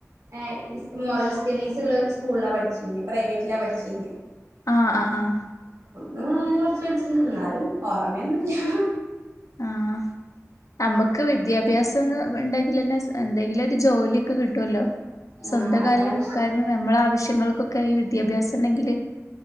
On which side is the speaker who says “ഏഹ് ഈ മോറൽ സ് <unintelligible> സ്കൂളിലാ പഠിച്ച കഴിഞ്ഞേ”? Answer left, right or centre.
Right